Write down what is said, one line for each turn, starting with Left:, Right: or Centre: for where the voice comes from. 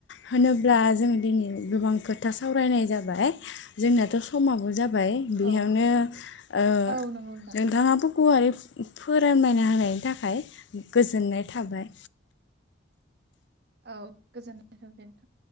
Left: होनोब्ला
Right: औ
Left: जों दिनै गोबां खोथा सावरायनाय जाबाय जोंनाथ' समाबो जा बाय बेयावनो
Right: औ
Left: ओ
Right: औ नंगौ नोंथां
Left: नोंथाङाबो गुवारै फोरानायना होनायनि थाखाय गोजोननाय थाबाय
Right: औ गोजोननाय थाबाय नोंथां